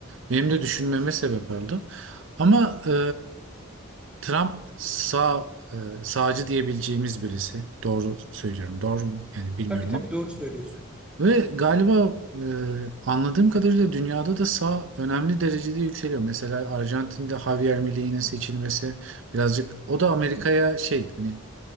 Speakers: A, on the right; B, in the centre.
A: benim de düşünmeme sebep oldu. Ama e, Trump sağ e, sağcı diyebileceğimiz birisi. Doğru söylüyorum. Doğru mu? Yani bilmiyorum
B: Tabii tabii
A: ama.
B: doğru söylüyorsun.
A: Ve galiba e, anladığım kadarıyla dünyada da sağ önemli derecede yükseliyor. Mesela Arjantin'de Javier Milei'nin seçilmesi birazcık o da Amerika'ya şey hani